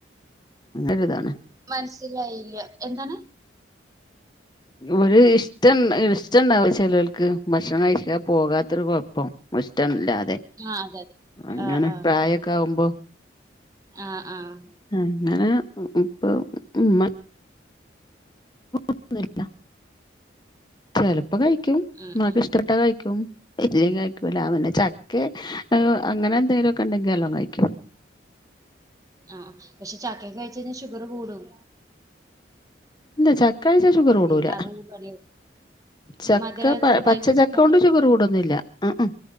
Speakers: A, on the left; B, on the right.
A: ഒരു ഇതാണ്.
B: മനസ്സിലായില്ല്യ എന്താണ്?
A: ഒര് ഇഷ്ട്ടം ഇഷ്ട ണ്ടാവു ചെലോൽക്ക് ഭക്ഷണം കഴിക്കാ പോകാത്തൊരു കൊയപ്പം ഇപ്പം ഇഷ്ടല്ലാതെ
B: ആഹ് അതെ അതെ
A: അങ്ങനെ
B: ആഹ്
A: പ്രായൊക്കെ ആവുമ്പോ
B: ആഹ് ആഹ്.
A: അങ്ങനെ ഉം പ്പൊ മ്മ ന്ന് ല്ല ചെലപ്പോ കയ്ക്യും
B: ഉം
A: മ്മാക്ക്
B: ഉം
A: ഇഷ്ടപ്പെട്ടാ കൈക്യും. ഇട്ടിലി കഴിക്കൂലാ പിന്നെ ചക്കെ അതുപോ അങ്ങനെ എന്തെലൊക്കെണ്ടെങ്കി നല്ലോ കൈയ്ക്കും
B: ആഹ് പക്ഷേ ചക്കേകഴിചെയ്ഞ്ഞാ ഷുഗറ് കൂടും.
A: ഇല്ലാ ചക്കയ്ച്ചാ ഷുഗറ് കൂടൂല.
B: പിന്നെ അത് പണി
A: ചക്ക
B: മധുരത്തിൽ
A: പ
B: പഴുത്ത
A: പച്ചച്ചക്കോണ്ട്
B: ചക്ക ഉണ്ടല്ലോ
A: ഷുഗറ് കൂടൊന്നുല്ലാ ഇമ് ഇമ്